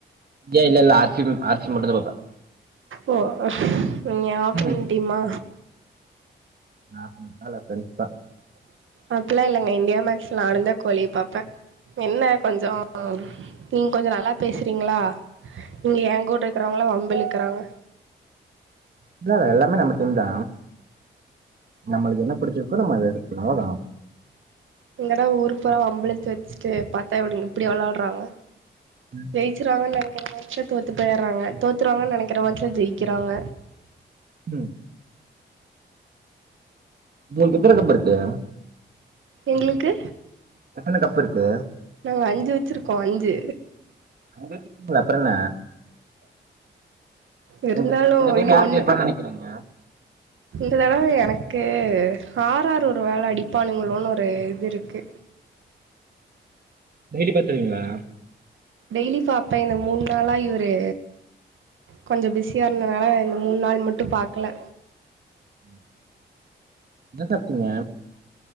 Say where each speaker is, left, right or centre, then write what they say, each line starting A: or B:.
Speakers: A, on the right; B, on the right.
A: ஏ இல்லல்ல ஆர் சி புப் ஆர் சி மட்டுந்தா பாப்பே
B: ஓ நீ ஏ ஆப்புனென்ட்
A: ம்
B: டீமா
A: <unintelligible>
B: அப்பில்லா இல்லங்க இந்தியா மேக்ஸ்னாலந்தே கோலி பாப்பே என்ன கொஞ்சோ நீங்க கொஞ்சோ நல்லா பேசுறீங்களா இங்க ஏ கூட இருக்கறவங்கள்லா வம்புழுக்குறாங்க.
A: இல்ல அது எல்லாருமே நம்ம டீம் தா நம்மளுக்கு என்ன புடிச்சிருக்கோ நம்ம இது இது பண்ணோதா
B: இந்தடவ ஊர்க் போலா வம்பிழுத்து வெச்சுட்டு பாத்தா எப்பிடி இப்பிடி வெள்ளாட்றாங்க.
A: ம்
B: ஜெயிச்சுருவாங்க நெனைக்கிற மேட்ச்ல தோத்து போயிர்றாங்க தோத்துருவாங்க நெனைக்கிற மேட்ச்சில ஜெயிக்கிறாங்க
A: ம் உங்களுக்கு எத்தன கப்புருக்கு
B: எங்ளுக்கு
A: எத்தன கப்புருக்கு
B: நாங்க அஞ்சு வெச்சுருக்கோ அஞ்சு
A: அஞ்ச் <inaudible> அப்றோன்ன
B: இருந்தாலு
A: இந்த இந்த டைம்
B: இனி
A: யார்
B: ஒண்ணு
A: ஜெயிப்பான்னு நினைக்கிறீங்க
B: இந்த தடவ எனக்குஆர் ஆர் ஒரு வேல அடிப்பானுங்களோன்னு ஒரு இதுருக்கு
A: டெய்லி பாத்துருவீங்களா
B: டெய்லி பாப்பே இந்த மூணு நாளா இவரு கொஞ்சோ பிஸியா இருந்தனால இந்த மூணு நாள் மட்டு பாக்கல.
A: ம் என்ன சாப்டீங்க